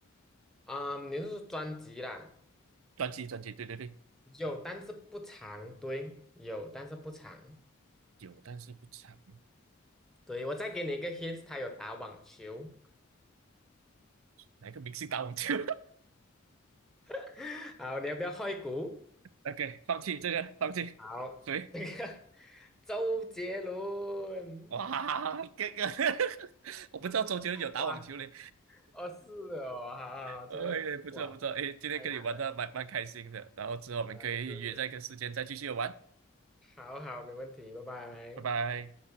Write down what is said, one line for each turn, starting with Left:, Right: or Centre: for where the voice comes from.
Centre: 啊、你是说专辑啦？
Right: 专辑专辑，对对对，
Centre: 有，但是不长，对，有，但是不长。
Right: 有，但是不长。
Centre: 对，我再给你一个 hint，他有打网球。
Right: 哪一个明星打网球？
Centre: <laughs> 好，你要不要换一股？
Right: OK，放弃这个，放弃。
Centre: 好，
Right: 谁？
Centre: 这个 <laughs> 周杰伦，
Right: 哇，这个 <laughs> 我不知道周杰伦有打网球嘞。
Centre: 哇，哦是哦，好好，好这个哇
Right: 哎，不错不错，哎，今天跟你玩的蛮蛮开心的，
Centre: 太难了，
Right: 然后之后我们可以约在一个时间再继续玩，
Centre: 呃，是是，好好，没问题，拜拜。
Right: 拜拜。